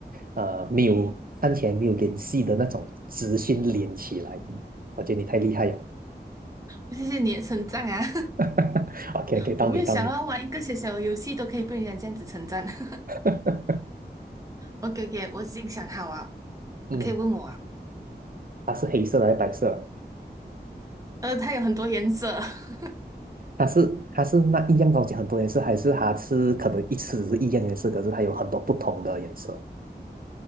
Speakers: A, on the right; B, on the right.
A: 呃没有看起来没有联系的那种直讯连起来。我觉得你太厉害了。
B: 谢谢你的称赞啊！
A: <laughs> OK
B: <laughs>
A: OK，到你到你。
B: 我没有想到玩一个小小的游戏都可以被人家这样子称赞。<laughs>
A: <laughs>
B: OK OK，我已经想好了，
A: 嗯，
B: 你可以问我啊。
A: 它是黑色的还是白色的
B: 呃，它有很多颜色。<laughs>
A: 它是它是那一样东西很多颜色，还是它是可能一次只是一样颜色，可是它有很多不同的颜色？